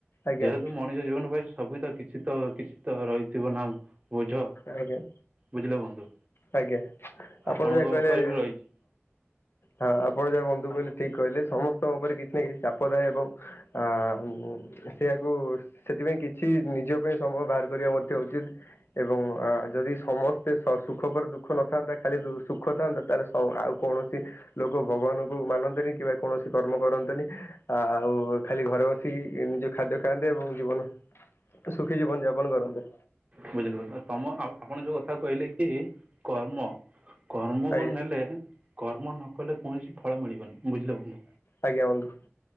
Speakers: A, on the left; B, on the right.
A: ଆଜ୍ଞା।
B: ଯୋଉ ମଣିଷ ଜୀବନ ପାଇଚୁ ସବୁ ତ କିଛି ତ କିଛି ତ ରହିଥିବ ନା ବୋଝ
A: ଆଜ୍ଞା
B: ବୁଝିଲ ବନ୍ଧୁ।
A: ଆଜ୍ଞା ଆପଣ
B: ଆପଣଙ୍କ
A: ଯାହା କହିଲେ
B: ଉପରେ
A: ହଁ
B: ବି ରହିଛି
A: ହଁ ଆପଣ ଯାହା ବନ୍ଧୁ କହିଲେ ଠିକ କହିଲେ ସମସ୍ତଙ୍କ ଉପରେ କିଛି ନା କିଛି ଚାପ ଥାଏ ଏବଂ ଆ ମଁ ସେୟକୁ ସେଥିପାଇଁ କିଛି ନିଜ ପାଇଁ ସମୟ ବାହାର କରିବା ମଧ୍ୟ ଉଚିତ୍। ଏବଂ ଯଦି ସମସ୍ତେ ସ ସୁଖ ପରେ ଦୁଃଖ ନଥାନ୍ତା ଖାଲି ଦୁ ସୁଖ ଥାନ୍ତା ତାହେଲେ ସ ଆଉ କୌଣସି ଲୋକ ଭଗବାନଙ୍କୁ ମାନନ୍ତିନି କିମ୍ବା କୌଣସି କର୍ମ କରନ୍ତେନି ଆଉ ଖାଲି ଘରେ ବସିକି ନିଜ ଖାଦ୍ୟ ଖାଆନ୍ତେ ଏବଂ ଜୀବନ ତ ସୁଖି ଜୀବନ ଜାପାନ କରନ୍ତେ।
B: ବୁଝିଲୁ ତ ତମ ଆ ଆପଣ ଯୋଉ କଥା କହିଲେ କି କର୍ମ କର୍ମକୁ
A: ଆଜ୍ଞା
B: ନେଲେ କର୍ମ ନ କଲେ କୌଣସି ଫଳ ମିଳିବନି। ବୁଝିଲ ବନ୍ଧୁ।
A: ଆଜ୍ଞା ବନ୍ଧୁ